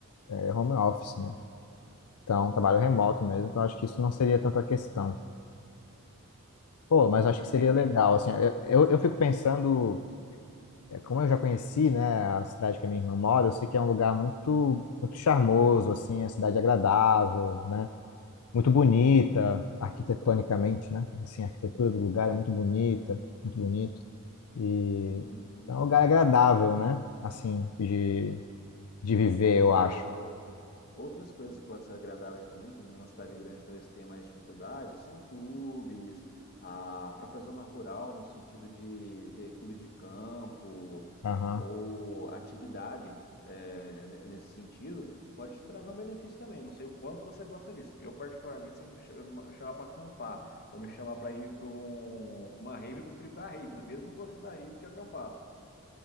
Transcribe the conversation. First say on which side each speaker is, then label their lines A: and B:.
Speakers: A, on the left; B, on the left.
A: é, home office, né? Então,
B: Uhum.
A: trabalho remoto mesmo, então acho que isso não seria tanta questão. Pô, mas acho que seria
B: É,
A: legal,
B: é.
A: assim, eu, eu fico pensando, é, como eu já conheci, né, a cidade que a minha irmã mora, eu sei que é um lugar muito, muito charmoso, assim, a cidade agradável, né, muito bonita,
B: Uhum.
A: arquitetonicamente, né, assim, a arquitetura do lugar é muito bonita, muito bonito, e
B: Uhum.
A: é um lugar agradável, né, assim, de, de viver, eu
B: Olha,
A: acho.
B: o- outras coisas que podem ser agradáveis também, que numa cidade grande talvez você tenha mais dificuldade, são clubes, a própria zona rural, no sentido de ter clube de campo
A: Aham.
B: ou atividade é, ne- nesse sentido, pode te trazer um benefício também. Não sei o quanto você gosta disso. Eu, particularmente, se me chama- chamar para acampar, ou me chamar para ir para uma rave, eu prefiro ir para a rave, né? Mesmo não gostando da rave que acampar.